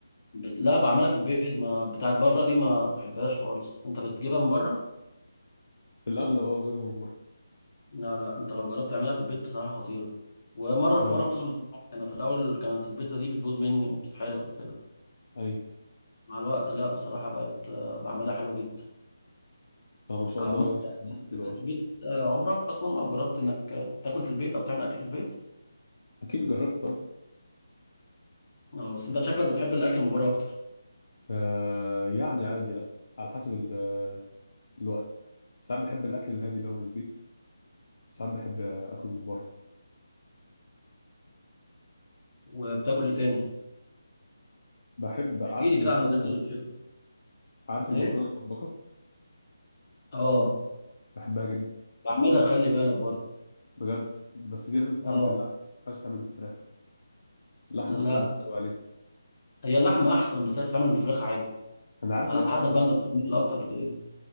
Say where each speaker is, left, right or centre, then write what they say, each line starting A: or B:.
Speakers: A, on the left (about 40°); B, on the left (about 65°).
A: بت- لا بعملها في البيت ما بتاعت بره دي ما بحبهاش خالص انت بتجيبها من بره
B: في الاغلب اه جايبها من بره
A: لا لا انت لو جربت تعملها في البيت بصراحة خطيرة ومرة في
B: يعني
A: مرة بتظبط معاك انا في الاول كانت البيتزا دي بتبوظ مني وبتتحرق وكده
B: ايوه
A: مع الوقت لا بصراحة بقت آه، بعملها حلو جدا
B: طب ما شاء
A: عملت
B: الله باين عليك
A: اكل
B: تطبخ حلو
A: في البيت
B: قوي
A: آه، عمرك اصلا او جربت انك آه، تاكل في البيت او تعمل اكل في البيت
B: اكيد جربت اه
A: اه بس انت شكلك بتحب الاكل من بره اكتر
B: آه، يعني عادي لا على حسب ال- آه، الوقت ساعات بحب الاكل الهادي اللي هو من البيت ساعات بحب آه، اكل من بره
A: وبتاكل ايه تاني
B: بحب عارف
A: احكي لي
B: المكرونه
A: كده عن الاكل اللي بتحبه
B: عارف المكرونه
A: ايه
B: المبكبكه
A: اه
B: بحبها جدا
A: بعملها خلي بالك برضه
B: بجد بس دي لازم تتعمل
A: اه
B: باللحمه ما ينفعش تعمل بالفراخ اللحمه
A: لا
B: احسن بكتير قوي عليها
A: هي اللحمه احسن بس هي بتتعمل بالفراخ عادي
B: انا عارف
A: على
B: اللي بتتعمل
A: حسب بقى انت
B: عادي
A: بتميل اكتر لايه